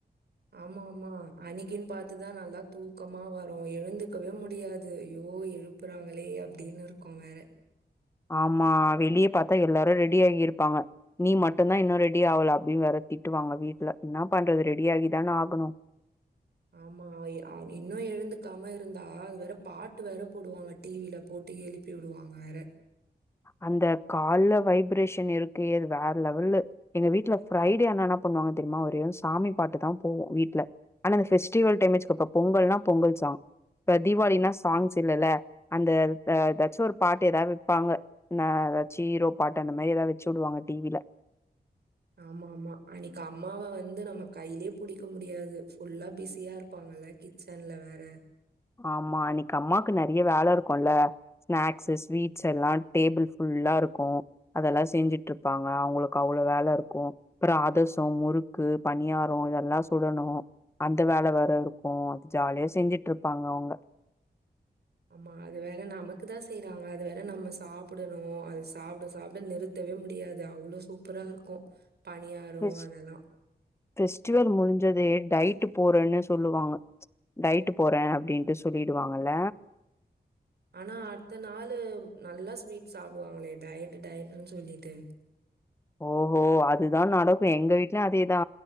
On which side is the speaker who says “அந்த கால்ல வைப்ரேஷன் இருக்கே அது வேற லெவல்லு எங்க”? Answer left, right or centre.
Left